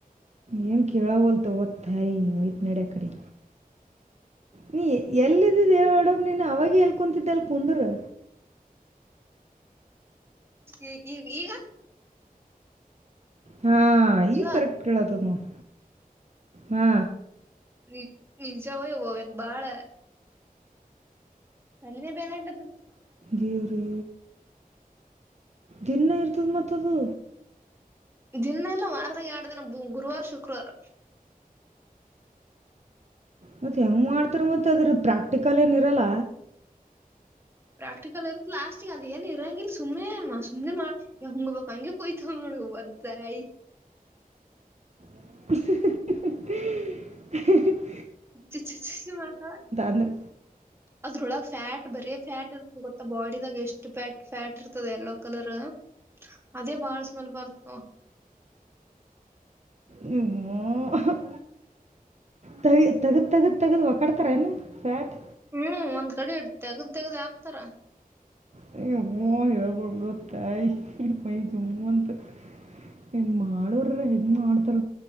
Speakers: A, on the right; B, on the right.
A: ಏನ್ ಕೇಳವಲ್ತ ಅವತಾಯಿ ಐತ ನಡಿ ಆ ಕಡೆ ನೀ ಎಲ್ಲಿದ್ದ ದೇವಡಮ ನೀನ್ ಅವಾಗ ಎಲ್ ಕುಂತಿದ್ದ ಅಲ್ ಕುಂದ್ರ
B: <inaudible> ಈಗ ಈಗ
A: ಹಾ ಈಗ
B: ಅಲ್ಲಾ
A: ಕರೆಕ್ಟ್ ಕೇಳತದ ನೋಡ್ ಹಾ
B: ನಿ ನಿಜಾವ <unintelligible> ಬಾಳ ಅಲ್ಲಿನೇ ಬೇನ ಆಗ
A: ದೇವ್ರೇ ದಿನ ಇರ್ತದ ಮತ್ತದು
B: ದಿನ ಎಲ್ಲ ವಾರದಾಗ ಎರಡು ದಿನ ಗುರುವಾರ ಶುಕ್ರವಾರ
A: ಮತ್ತೆ ಹೆಂಗ್ ಮಾಡ್ತಾರ ಮತ್ತೆ ಅದ್ರ ಪ್ರಾಕ್ಟಿಕಲ್ ಏನ್ ಇರಲ್ಲ
B: ಪ್ರಾಕ್ಟಿಕಲ್ ಇರ್ತ್ ಲಾಸ್ಟಿಂಗ ಅದು ಏನ್ ಇರಂಗಲ್ ಸುಮ್ಮನೆ ಸುಮ್ನೆ ಮಾಡ ಹಂಗ ಬಬೇಕಕ್ ಹಂಗೆ ಕೊಯ್ತವ ಮಾಡ ಒದ್ದಾಯ
A: ಹ ಹ <inaudible>
B: ಚ <unintelligible> ಮಾಡ್
A: ಅಂದ್ರೆ
B: ಅದ್ರೊಳಗ ಫ್ಯಾಟ್ ಬರೆ ಫ್ಯಾಟ್ ಇ ಗೊತ್ತ ಬಾಡಿ ಇದಾಗ ಎಷ್ಟು ್ಯಾಟ್ ಫ್ಯಾಟ್ ಇರ್ತದೆ ಎಲ್ಲೋ ಕಲರ್ ಅದೇ ಬಾಳ್ ಸ್ಮೆಲ್ ಬರ್ತು
A: ನಿ್ಮ <unintelligible> ತಗ ತೆಗೆ ತಗದು ತಗ್ದದು ಒಕಡೆ ಹತ್ರನು ಫ್ಯಾಟ್
B: ಹ್ಮ್ ಒಂದ್ ಕಡೆ ಇ ತೆಗ್ದ್ ತೆಗ್ದ್ ಆಾಕ್ತಾರ
A: ಹು ಹೇಳ್ಬಡ್ಬಿಡು ತಾಯಿ ಮೈ ಜುಮ್ ಅಂತತ್ ಹೆ ಇನ್ ಮಾಡರ ಹೆಂಗ ಮಾಡತ